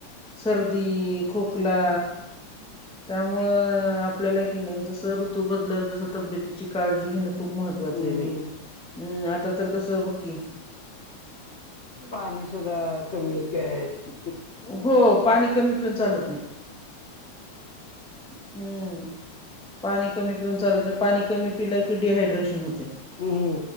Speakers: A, in the centre; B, on the left.
A: सर्दी, खोकला त्यामुळं आपल्याला किणी जसं ऋतू बदलल तसं तब्येतीची काळजी घेणं खूप महत्त्वाचं
B: हम्म
A: आहे बाई हम्म आता तर कसं बघ की
B: पाणी सुद्धा कमी प्यायची
A: हो पाणी कमी पिऊन चालत नाही हम्म. पाणी कमी पिऊन चालत नाही पाणी कमी पिलं की डिहायड्रेशन होतंय.
B: हम्म हम्म.